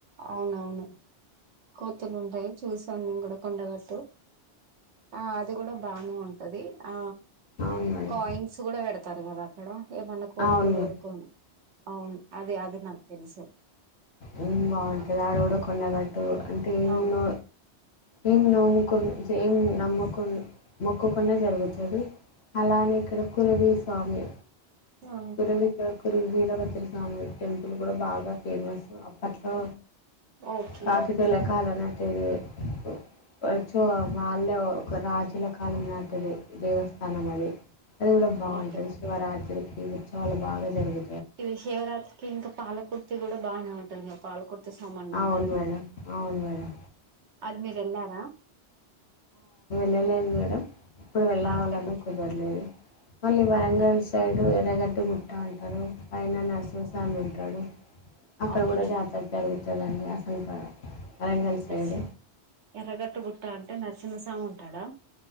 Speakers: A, on the right; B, on the left.
A: అవునవును కోతులు ఉంటాయి చూసా నేను కూడా కొండగట్టు ఆ అది కూడా బానే ఉంటది ఆ
B: అవును మేడం
A: కోయిన్స్ కూడా పెడ్ తరగాదక్కడ ఏమన్న కోరుక
B: అవును
A: కోరుకోను
B: మేడం
A: అవును అదే అదే నాక్ తెలుసు
B: ఉమ్ బాగుంటది
A: ఆ
B: ఆడ కూడా కొండగ ట్టు అంటే ఏం
A: అవును
B: నో ఏం నోముకున్ మ్ నమ్ముకుం మొక్కుకున్నది జరుగుతది అలానే ఇక్కడ కురవి స్వామి
A: ఆ
B: కురువిందా కురివి వీరభద్ర స్వామి టెంపుల్ కూడా బాగా ఫేమస్ అప్పట్లో
A: ఓకే
B: కాకితేలకాలనా <unintelligible> వచో వాళ్ళే ఒక రాజుల కాలం నాటిది దేవస్థానం అది అది కూడా బాగుంటుంది
A: ఓకే
B: శివరాత్రి <unintelligible> చాలా బాగా జరుగు
A: ఇది శివరాత్రికి ఇంకా పాలకు కూడా బాగానే ఉంటందిక పాల సామన్న
B: అవును
A: అంటారు కద
B: మేడం అవును మేడం
A: అది మీరెల్లా హ
B: లె లే మేడం ఇప్పుడు వెళ్ళావాలన
A: అక్కడ
B: కుదరలేదు మళ్ళీ వరంగల్
A: అవునా
B: సైడు ఎర్రగడ్టి గుట్ట అంటారు పైన నరసింహసోమి <unintelligible> అక్కడ
A: అవునా
B: కూడా జాతర జరుగుతుంది <unintelligible> వరంగల్ సైడ్
A: ఎస్. ఎర్రగట్టు గుట్ట అంటే నరసింహసమి ఉంటాడా